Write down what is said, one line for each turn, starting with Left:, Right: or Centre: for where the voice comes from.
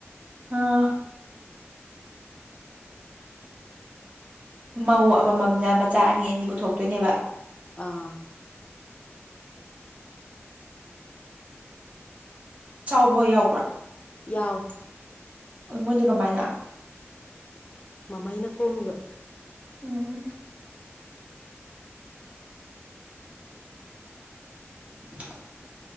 Right: ꯑꯥ ꯃꯧ ꯑꯃꯃꯝꯅ ꯃꯆꯥ ꯑꯅꯤ ꯑꯅꯤ ꯄꯨꯊꯣꯛꯇꯣꯏꯅꯦꯕ
Left: ꯑꯥ
Right: ꯆꯥꯎꯕ ꯍꯣꯢ ꯌꯥꯎꯕ꯭ꯔ
Left: ꯌꯥꯎꯏ
Right: ꯃꯣꯏꯗꯤ ꯀꯃꯥꯏꯅ
Left: ꯃꯃꯩꯅ ꯈꯣꯝꯃꯤꯕ
Right: ꯎꯝ <inaudible>